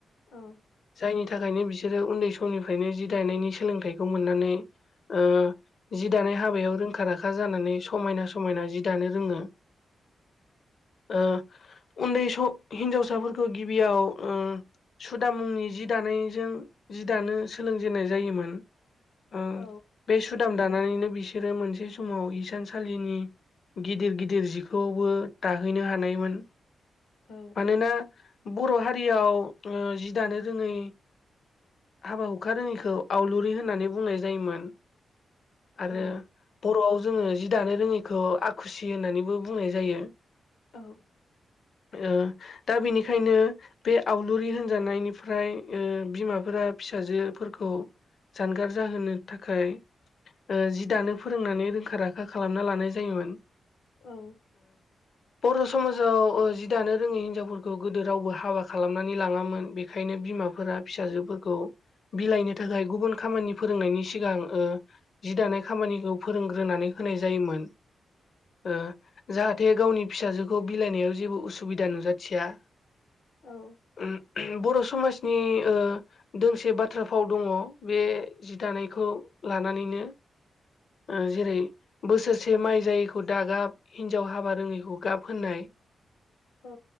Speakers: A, on the left (about 85°); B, on the left (about 60°).
A: औ
B: जायनि थाखायनो बिसोरो उन्दै समनिफ्रायनो जि दायनायनि सोलोंथाइखौ मोननानै ओ जि दानाय हाबायाव रोंखा राखा जानानै समायना समायना जि दानो रोङो ओ उन्दै स हिन्जावसाफोरखौ गिबियाव सुदामनि जि दानायजों जि दानो सोलोंजेन्नाय जायोमोन ओ
A: औ
B: बे सुदाम दानानैनो बिसोरो मोनसे समाव हिसानसालिनि गिदिर गिदिर जिखौबो दाहैनो हानायमोन
A: औ
B: मानोना बर' हारियाव ओ जि दानो रोङै हाबा हुखा रोङिखौ आवलुरि होननानै बुंनाय जायोमोन आरो
A: औ
B: बर'आव जोङो जि दानो रोङैखौ आखुसि होननानैबो बुंनाय जायो
A: औ
B: ओ दा बेनिखायनो बे आव लुरि होनजानायनिफ्राय बिमाफोरा फिसाजोफोरखौ जानगार जाहोनो थाखाय ओ जि दानो फोरोंनानै रोंखा राखा खालामना लानाय जायोमोन
A: औ
B: बर' समाजाव जि दानो रोङै हिनजावफोरखौ गोदो रावबो हाबा खालाम नानै लाङामोन बेखायनो बिमाफोरा फिसाजोफोरखौ बिलाइनो थाखाय गुबुन खामानि फोरोंनायनि सिगां जि दानाय खामानिखौ फोरोंग्रोनानै होनाय जायोमोन जाहाथे गावनि फिसाजोखौ बिलाइनायाव जेबो उसुबिदा नुजाथिया
A: औ
B: <inaudible> बर' समाजनि ओ दोंसे बाथ्रा फाव दङ बे जि दानायखौ लानानैनो ओ जेरै बोसोर से माइ जायैखौ दागाब हिनजाव हाबा रोङैखौ गाब होननाय
A: औ